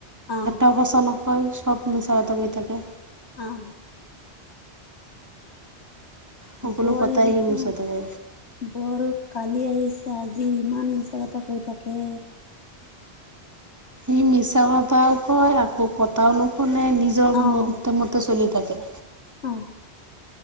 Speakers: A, on the left; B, on the right.
A: অ',
B: এটা সচা নকয় সব মিছা কথা কৈ থাকে।
A: অ'।
B: সকলো
A: বোৱাৰী
B: কথাই
A: দেখো
B: সি মিছা কথা
A: বোৱাৰী কালি আহিছে আজি ইমান মিছা কথা কৈ থাকে
B: ই মিছা কথাও কয়, আকৌ কথাও নকয়। মানে নিজৰ
A: অ',
B: উতম মতে চলি থাকে।
A: অ'।